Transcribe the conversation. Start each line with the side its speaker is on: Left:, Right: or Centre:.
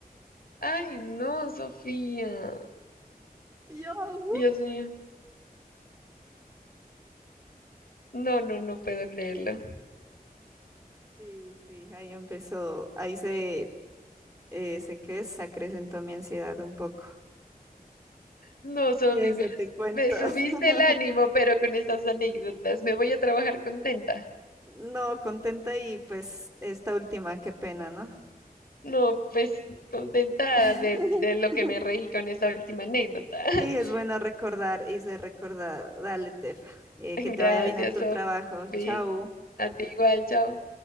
Left: Ay, no, Sofía.
Right: Y Yo, "What?".
Left: Dios mío. No, no, no puedo creerlo.
Right: Y sí, ahí empezó, ahí se, eh, sé que se acrecentó mi ansiedad un poco.
Left: No, Sofía,
Right: Y eso
Left: me,
Right: te cuento.
Left: me subiste
Right: <laughs>
Left: el ánimo, pero con estas anécdotas me voy a trabajar contenta.
Right: No, contenta y pues esta última, qué pena, ¿no?
Left: No, pues contenta
Right: <laughs>
Left: de, de lo que me reí con esta última anécdota. <laughs>
Right: Sí, es bueno recordar, y se recordar. Dale, Tefa. Eh,
Left: Gracias,
Right: que te vaya bien en tu
Left: Sofía.
Right: trabajo. Chau.
Left: A ti igual, chao.